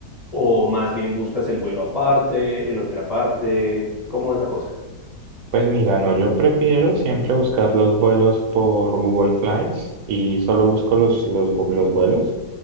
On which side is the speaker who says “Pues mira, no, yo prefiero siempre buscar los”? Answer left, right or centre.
Right